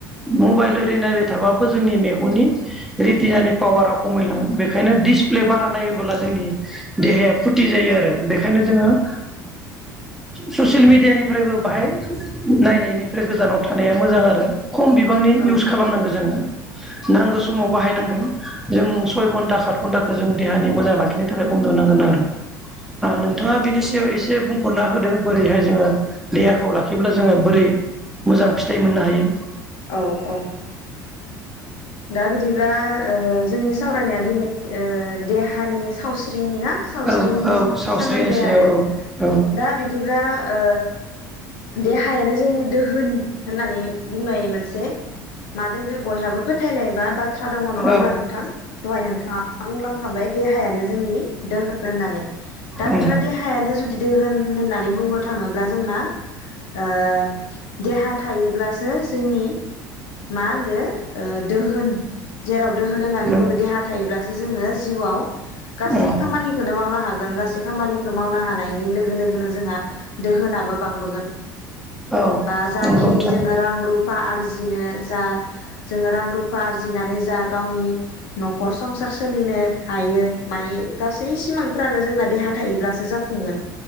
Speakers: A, in the centre; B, on the left (about 55°).
A: मबाइल ओरि नायबाय थाबाबो जोंनि मेगननि रितिनानि पावारा खमायलाङो बेखायनो दिसप्ले बारा नायोबोला जोंनि देहाया फुथि जायो आरो बेखायनो जोङो ओ ससियेल मेडियानिफ्रायबो बाहाय नायनायनिफ्राय गोजानाव थानाया मोजां आरो खम बिबांनि
B: औ
A: इउस खालामनांगौ
B: औ
A: जोङो । नांगौ समाव बाहायनांगोन जों सय घन्टा सात घन्टाखौ जों देहानि मोजां लाखिनो थाखाय उन्दुुनांगोन आरो नोंथाङा
B: औ नोंथां
A: बिनि सायाव एसे बुंफोर'ना होदो बोरैहाय जोङो देहाखौ लाख खिब्ला जोङो बोरै मोजां फिथाइ मोननो हायो।
B: औ औ । दा बिदिब्ला ओ जोंनि सावरायनाया दिनै ओ देहानि सावस्रिनि ना? सावस्रिनि
A: औ औ सावस्रिनि
B: सोमोन्दै
A: सायाव
B: आरो
A: औ औ
B: दा बिदिब्ला ओ देहायानो जोंनि दोहोन होननानै बुंनाय मोनसे मादों बे बयहाबो फोथायनाय बा बाथ्रा दङ नङा होनोमब्ला
A: औ
B: नोंथां दहाय नोंथाङा बुंलांखांबाय देहायानो जोंनि दोहोन होननानै दा
A: औ
B: बिदिबा देहायानो जुदि दोहोन होननानै बुंनो थाङोब्ला जोंना ओ देहा थायोब्लासो जोंनि मा होनो ओ दोहोन जेराव दोहोन होन्नानै
A: औ
B: बुङो देहा थायोब्लासो जोङो जिउयाव गासै
A: औ
B: खामानिखौनो मावनो हागोन । बे खामानि खौ मावनो हानायनि लोगो लोगोनो जोंहा दोहोनाबो बां बोगोन
A: औ
B: बा जाखिनि
A: नंगौ नोंथां
B: जों रां रुप रुफा आरजिनो जा जोङो रां रुफा आरजिनानै जा गावनि न'खर संसार सोलिनो हायो मायो गासै सिमांफ्रानो जोंना देहा थायोब्लासो जाफुंगोन